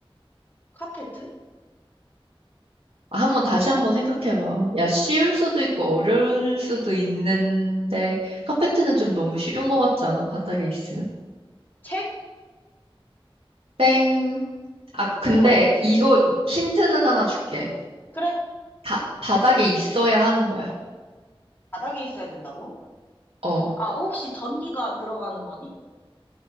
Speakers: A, on the left; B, on the right.
A: 카페트?
B: 아, 한번 다시 한번 생각해봐. 야, 쉬울 수도 있고 어려울 수도 있는데 카페트는 좀 너무 쉬운 것 같지 않아? 바닥에 있으면?
A: 책?
B: 땡. 아, 근데
A: 뭐가 있지?
B: 이거
A: 응.
B: 힌트는 하나 줄게.
A: 그래.
B: 다, 바닥에 있어야 하는 거야.
A: 바닥에 있어야 된다고?
B: 어.
A: 아, 혹시 전기가 들어가는 거니?